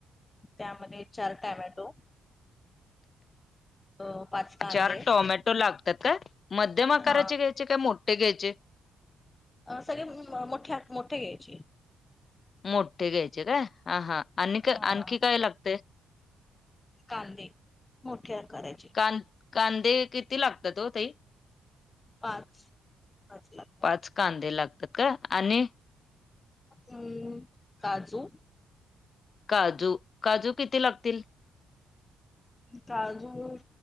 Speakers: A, on the left; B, on the left.
A: त्यामध्ये चार टॅमॅटो अ पाच कांदे
B: चार टोमॅटो लागतात काय मध्यम आकाराचे
A: हा
B: घ्यायचे काय मोठ्ठे घ्यायचे?
A: अ सगळे म मोठे आ मोठे घ्यायचे.
B: मोठ्ठे घ्यायचे काय आ हा आणि
A: हा
B: आणखी
A: हा हा.
B: काय लागतेय?
A: कांदे मोठ्या आकारायचे.
B: कान कांदे किती लागतात ओ ताई?
A: पाच पाच लागतात.
B: पाच कांदे लागतात काय आणि?
A: हम्म काजू.
B: काजू काजू किती लागतील?
A: काजू